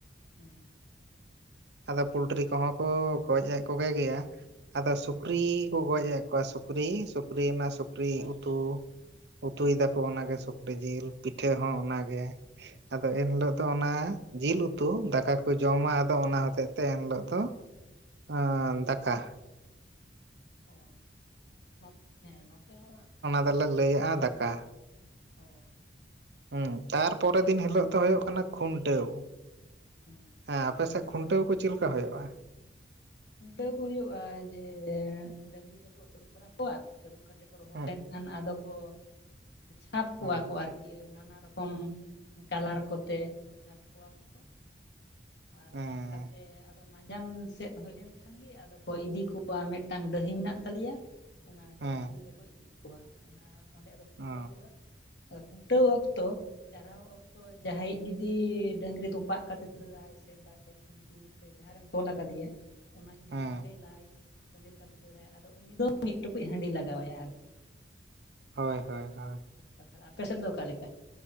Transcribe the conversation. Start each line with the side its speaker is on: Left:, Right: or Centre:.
Left: ᱦᱮᱸ
Right: ᱟᱫᱚ ᱯᱚᱞᱴᱨᱤ ᱠᱚᱦᱚᱸ ᱠᱚ ᱜᱚᱡ ᱮᱜ ᱠᱚᱜᱮ ᱜᱮᱭᱟ ᱟᱫᱚ ᱥᱩᱠᱨᱤ ᱠᱚ ᱜᱚᱡ ᱮᱫ ᱠᱚᱣᱟ ᱥᱩᱠᱨᱤ ᱥᱩᱠᱨᱤ ᱚᱱᱟ ᱥᱩᱠᱨᱤ ᱩᱛᱩ ᱩᱛᱩᱭ ᱫᱟᱠᱚ ᱚᱱᱟ ᱜᱮ ᱥᱩᱠᱨᱤ ᱡᱤᱞ ᱯᱤᱴᱷᱟᱹ ᱦᱚᱸ ᱚᱱᱟ ᱜᱮ ᱟᱫᱚ ᱮᱱᱦᱤᱞᱳᱜ ᱫᱚ ᱚᱱᱟ ᱡᱤᱞ ᱩᱛᱩ ᱫᱟᱠᱟ ᱠᱚ ᱡᱚᱢᱟ ᱟᱫᱚ ᱚᱱᱟ ᱦᱚᱛᱮᱡ ᱛᱮ ᱮᱱᱦᱤᱞᱳᱜ ᱫᱚ ᱟᱻᱻ ᱫᱟᱠᱟ
Left: ᱚ ᱦᱮᱸ ᱱᱚᱛᱮ ᱦᱚᱸ
Right: ᱟᱫᱚᱞᱮ ᱞᱟᱹᱭᱮᱫᱼᱟ ᱫᱟᱠᱟ
Left: <unintelligible>
Right: ᱦᱮᱸ ᱛᱟᱨᱯᱚᱨᱮ ᱫᱤᱱ ᱦᱤᱞᱳᱜ ᱫᱚ ᱦᱩᱭᱩᱜ ᱠᱟᱱᱟ ᱠᱷᱩᱱᱴᱟᱹᱣ
Left: ᱦᱮᱸ
Right: ᱦᱮᱸ ᱟᱯᱮᱥᱮᱫ ᱠᱷᱩᱱᱴᱟᱹᱣ ᱠᱚ ᱪᱮᱫ ᱞᱮᱠᱟ ᱦᱩᱭᱩᱜᱼᱟ
Left: ᱠᱷᱩᱱᱴᱟᱹᱣ ᱠᱚ ᱦᱩᱭᱩᱜᱼᱟ ᱡᱮ ᱰᱟᱺᱝᱨᱤ ᱠᱚᱠᱚ ᱟᱹᱨᱩᱵ ᱵᱟᱲᱟ ᱠᱚᱣᱟ ᱟᱹᱨᱩᱵ ᱠᱟᱛᱮ ᱠᱚ ᱨᱚᱦᱚᱲ
Right: ᱦᱮᱸ
Left: ᱞᱮᱱᱠᱷᱟᱱ ᱟᱫᱚ ᱠᱚ ᱪᱷᱟᱯ ᱠᱚᱣᱟ
Right: ᱦᱮᱸ
Left: ᱠᱚ ᱟᱨᱠᱤ ᱱᱟᱱᱟ ᱨᱚᱠᱚᱢ ᱠᱟᱞᱟᱨ ᱠᱚᱛᱮ ᱪᱷᱟᱯ ᱠᱚᱣᱟ ᱠᱚ ᱟᱨ
Right: ᱦᱮᱸ
Left: ᱪᱷᱟᱯ ᱠᱟᱛᱮᱫ ᱟᱫᱚ ᱢᱟᱸᱡᱟᱱ ᱥᱮᱫ ᱦᱩᱭ ᱞᱮᱱᱠᱷᱟᱱᱜᱤ ᱟᱫᱚ ᱠᱚ ᱤᱫᱤ ᱠᱩᱣᱟ ᱢᱤᱫᱴᱟᱝ ᱰᱟᱹᱦᱤ ᱢᱮᱱᱟᱜ ᱛᱟᱞᱮᱭᱟ ᱚᱱᱟ
Right: ᱦᱮᱸ
Left: ᱰᱟᱹᱦᱤ ᱨᱮᱠᱚ ᱤᱫᱤ ᱠᱚᱣᱟ ᱚᱱᱟ ᱚᱸᱰᱮ ᱟᱫᱚ ᱠᱷᱩᱱᱴᱟᱹᱣ
Right: ᱚ
Left: ᱦᱳᱭᱳᱜᱼᱟ᱾ ᱟᱫᱚ ᱠᱷᱩᱱᱴᱟᱹᱣ ᱚᱠᱛᱚ <unintelligible> ᱚᱠᱛᱚ ᱡᱟᱦᱟᱸᱭᱤᱡ ᱡᱩᱫᱤ ᱰᱟᱹᱟᱝᱨᱤ ᱛᱚᱯᱟᱜ ᱠᱟᱛᱮ ᱥᱮᱫᱟᱭ ᱠᱷᱩᱱᱠ ᱥᱮ ᱡᱟᱦᱟᱸᱨᱮᱢ ᱛᱚᱞ ᱠᱟᱫᱮᱭᱟ ᱚᱱᱟ ᱡᱩᱫᱤ
Right: ᱦᱮᱸ
Left: ᱠᱳᱰᱮᱞᱟᱭ ᱞᱟᱭ <unintelligible> ᱟᱫᱚ ᱩᱱᱤ ᱫᱚ ᱢᱤᱫ ᱴᱩᱠᱩᱡ ᱦᱟᱺᱰᱤ ᱞᱟᱜᱟᱣᱟᱭᱟ ᱟᱨᱠᱤ᱾
Right: ᱦᱳᱭ ᱦᱳᱭ ᱦᱳᱭ
Left: <unintelligible> ᱟᱯᱮᱥᱮᱱ ᱫᱚ ᱚᱠᱟᱞᱮᱠᱟ?